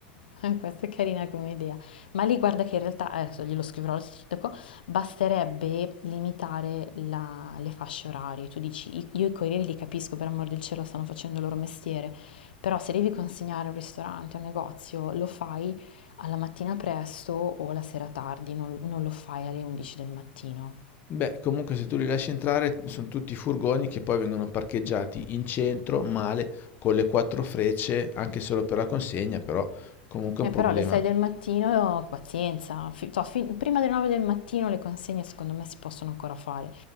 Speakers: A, on the left (about 85°); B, on the left (about 40°).
A: <laughs> Eh, Questa è carina come idea, ma lì guarda che in realtà, eh, adesso glielo scriverò al sindaco, basterebbe limitare la- le fasce orarie. Tu dici, "I- io i corrieri li capisco, per amor del cielo stanno facendo il loro mestiere, però se devi consegnare a un ristorante, a un negozio, lo fai alla mattina presto o la sera tardi, non, non lo fai alle 11 del mattino.
B: Beh, comunque se tu li lasci entrare sono tutti furgoni che poi vengono parcheggiati in centro, male, con le quattro frecce, anche solo per la consegna, però comunque è
A: Eh,
B: un
A: però
B: problema.
A: alle 6 del mattino, pazienza, fi- to- fi- prima delle 9 del mattino le consegne secondo me si possono ancora fare.